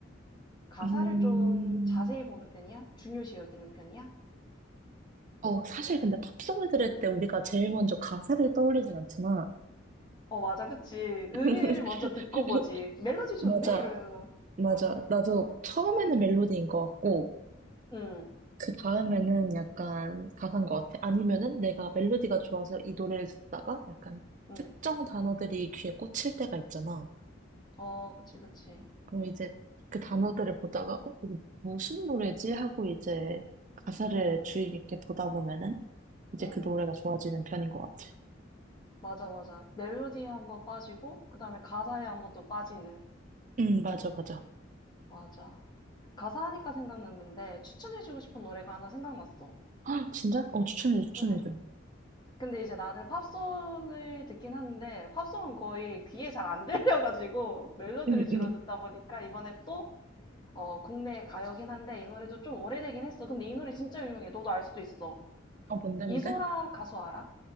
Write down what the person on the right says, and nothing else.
음,
어, 사실 근데 팝송을 들을 때 우리가 제일 먼저 가사를 떠올리진 않잖아
<laughs>
맞아.
맞아.
나도 처음에는 멜로디인 것 같고,
그 다음에는 약간 가사인 것 같아. 아니면은 내가 멜로디가 좋아서 이 노래를 듣다가 약간
특정 단어들이 귀에 꽂힐 때가 있잖아.
그럼 이제 그 단어들을 보다가, 어, 이거 무슨 노래지? 하고 이제 가사를
주의 깊게 보다 보면은 이제
그 노래가
좋아지는 편인 것 같아.
응, 맞아, 맞아.
아, 진짜? 어, 추천해, 추천해줘.
응,
응.
아, 뭔데,
뭔데?